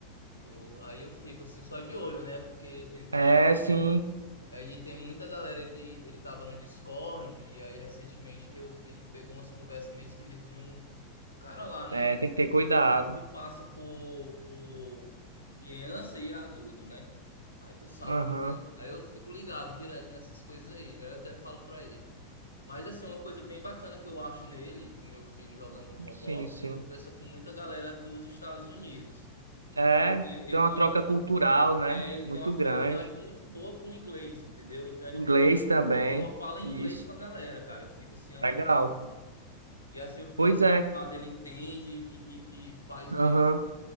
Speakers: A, on the left; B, on the right.
A: Eu- aí eu fico assim, só de olho, né? Porque ele conversa
B: É,
A: muito.
B: sim.
A: Aí tem muita galera, ele, ele tava no Discord, e aí recentemente meu filho pegou umas conversas meio esquisitas de um cara lá, né?
B: É, tem que ter cuidado.
A: E que passa por, por criança e adulto, né? Aí tu sabe
B: Aham,
A: como é. Aí eu fico ligado direto nessas coisas aí, aí eu até falo pra ele. Mas assim, uma coisa bem bacana que eu acho nele, no meu filho jogando Roblox,
B: Sim, sim.
A: ele conversa com muita galera dos Estados Unidos.
B: É,
A: E ele tem, ele
B: tem uma
A: tem
B: troca
A: uma, afini-
B: cultural, né?
A: é, ele
B: Muito
A: tem uma afinidade
B: grande.
A: muito boa com o inglês, entendeu? Então ele
B: Inglês
A: conversa
B: também.
A: ele só fala em
B: Isso.
A: inglês com a galera, cara. Eu fico assim abismado.
B: Legal.
A: E assim eu fico
B: Pois
A: abismado.
B: é.
A: Ele entende e, e- e faz
B: Aham.
A: mesmo.